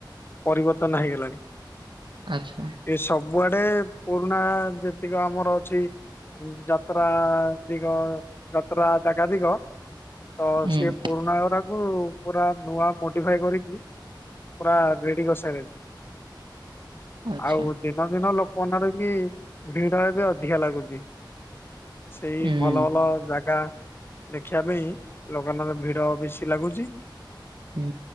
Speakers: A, on the left; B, on the right.
A: ପରିବର୍ତ୍ତନ ହେଇଗଲାଣି।
B: ଆଚ୍ଛା।
A: ଏ ସବୁ ଆଡେ ପୁରୁଣା ଯେତିକ ଆମର ଅଛି। ଯାତ୍ରା ଦିଗ ଯାତ୍ରା ଜାଗା ତିକ ତ
B: ହୁଁ
A: ସେ ପୁରୁଣା ଓରା ହୁଁ ପୁରା ନୂଆ ମୋଡିଫାଏ କରିକି ପୁରା ରେଡି କରି ସାରିଲେଣି।
B: ଆଚ୍ଛା
A: ଆଉ <unintelligible> ଦିନ ଦିନ ଲୋକ ମାନଙ୍କର ବି ଭିଡ ଏବେ ଅଧିକା ଲାଗୁଚି। ସେଇ
B: ହୁଁ
A: ଭଲ ଭଲ ଜାଗା ଦେଖିବା ପାଇଁ ଲୋକମାନଙ୍କ ଭିଡ ବେଶୀ ଲାଗୁଚି।
B: ହୁଁ।